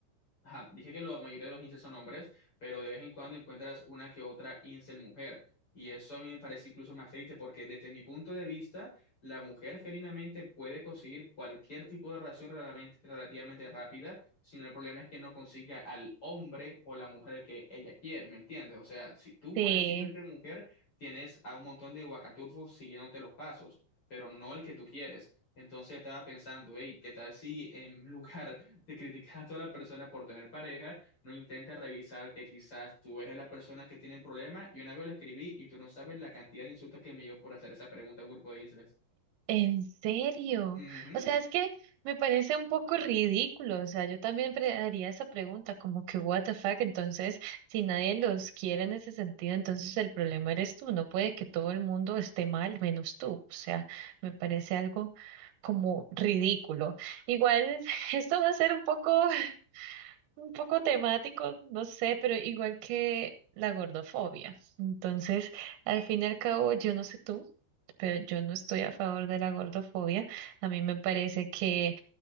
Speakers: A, on the left (about 25°); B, on the right (about 75°).
A: Ajá, dije que la mayoría de los incels son hombres, pero de vez en cuando encuentras una que otra incel mujer. Y eso a mí me parece incluso más triste porque desde mi punto de vista, la mujer genuinamente puede conseguir cualquier tipo de relación relativamente, relativamente rápida, sino el problema es que no consiga al hombre o la mujer que ella quiere, ¿me entiendes? O sea, si tú
B: Sí,
A: por decirte mujer, tienes a un montón de guacaturfos siguiéndote los pasos, pero no el que tú quieres. Entonces estaba pensando, hey, ¿qué tal si en <laughs> lugar te criticas a toda la persona por tener pareja, no intentes revisar que quizás tú eres la persona que tiene el problema. Y una vez lo escribí y tú no sabes la cantidad de insultos que me dio por hacer esa pregunta a un grupo de islas.
B: ¿En serio?
A: Ujú.
B: O sea, es que me parece un poco ridículo. O sea, yo también pre- haría esa pregunta, como que, what the fuck? Entonces, si nadie los quiere en ese sentido, entonces el problema eres tú. No puede que todo el mundo esté mal, menos tú. O sea, me parece algo como ridículo. Igual, <laughs> esto va a ser un poco un poco temático, no sé, pero igual que la gordofobia. Entonces, al fin y al cabo, yo no sé tú, pero yo no estoy a favor de la gordofobia. A mí me parece que